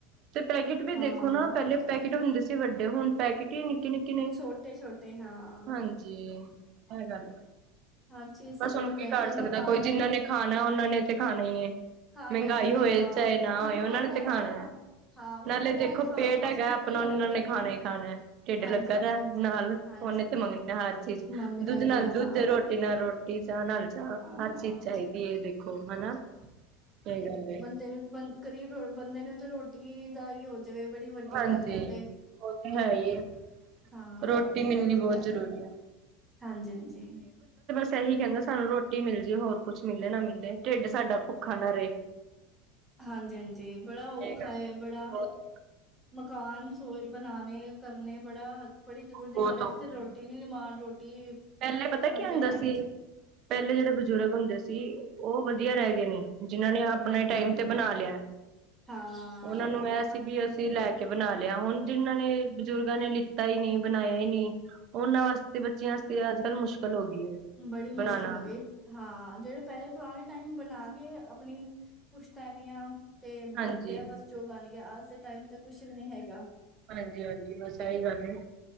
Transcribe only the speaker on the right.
ਤੇ ਪੈਕੇਟ ਵੀ
ਦੇਖੋ ਨਾ ਪਹਿਲੇ ਪੈਕੇਟ ਹੁੰਦੇ ਸੀ ਵੱਡੇ ਹੁਣ ਪੈਕਟ ਹੀ ਨਿੱਕੇ ਨਿੱਕੇ ਨੇ
ਹਾਂਜੀ ਇਹ ਗੱਲ
ਬੱਸ
ਉਹਨੂੰ ਕੀ
ਕਰ
ਸਕਦਾ।
ਕੋਈ ਜਿਹਨਾਂ ਨੇ ਖਾਣਾ ਉਹਨਾਂ ਨੇ ਤਾਂ ਖਾਣਾ ਹੀ ਹੈ।
ਮਹਿੰਗਾਈ
ਹੋਏ
ਚਾਹੇ ਨਾ
ਹੋਏ
ਉਹਨਾ
ਨੇ ਤੇ
ਖਾਣਾ
ਹੈ
ਨਾਲੇ
ਦੇਖੋ,
ਪੇਟ
ਹੈਗਾ
ਆਪਣਾ
ਉਹਨਾਂ ਨੇ
ਖਾਣਾ ਹੀ ਖਾਣਾ ਢਿੱਡ
ਲੱਗਾ ਦਾ
ਨਾਲ
ਉਹਨੇ
ਤੇ ਮੰਗਣੀ ਹਰ ਚੀਜ਼
ਦੁੱਧ ਨਾਲ
ਦੁੱਧ
ਰੋਟੀ ਨਾਲ ਰੋ ਇਹ ਚ ਨਾਲ ਚਾ
ਹਰ ਚੀਜ਼ ਚਾਹੀਦੀ ਹੈ। ਦੇਖੋ ਹਨਾ ਇਹ ਗੱਲ ਹੈ।
ਹਾਂਜੀ
ਉਹ ਤੇ ਹੈ ਹੀ ਹੈ।
ਰੋਟੀ
ਮਿਲਣੀ
ਬਹੁਤ
ਜ਼ਰੂਰੀ ਹੈ।
ਸਹੀ ਕਹਿੰਦਾ। ਸਾਨੂੰ ਰੋਟੀ ਮਿਲ ਜਏ ਹੋਰ ਕੁੱਛ ਮਿਲੇ ਨਾ ਮਿਲੇ ਢਿੱਡ ਸਾਡਾ ਭੁੱਖਾ ਨਾ ਰਹੇ।
ਇਹ ਗੱਲ ਹੈ
ਬਹੁਤ
ਬਹੁਤ
ਔਖਾ
ਪਹਿਲੇ ਪਤਾ
ਕੀ ਹੁੰਦਾ
ਸੀ
ਪਹਿਲੇ ਜਿਹੜੇ ਬਜ਼ੁਰਗ ਹੁੰਦੇ ਸੀ ਉਹ ਵਧੀਆ ਰਹਿ ਗਏ ਨਹੀਂ ਜਿਨਾਂ ਨੇ ਆਪਣੇ
ਟਾਈਮ ਤੇ ਬਣਾ ਲਿਆ।
ਉਹਨਾਂ ਨੂੰ ਇਹ ਸੀ
ਵੀ ਅਸੀਂ ਲੈ ਕੇ ਬਣਾ ਲਿਆ ਹੁਣ ਜਿਹਨਾਂ ਨੇ ਬਜ਼ੁਰਗਾਂ ਨੇ ਲਿ ਕੀਤਾ ਹੀ ਨਹੀ ਬਣਾਇਆ ਹੀ ਨਹੀਂ ਉਹਨਾਂ ਵਾਸਤੇ ਬੱਚਿਆਂ ਵਾਸਤੇ ਅੱਜ ਕੱਲ ਮੁਸ਼ਕਿਲ ਹੋ ਗਈ ਹੈ।
ਬਣਾਉਣਾ
ਹਾਂਜੀ
ਹਾਂਜੀ-ਹਾਂਜੀ ਬੱਸ ਇਹੀ ਗੱਲ ਹੈ।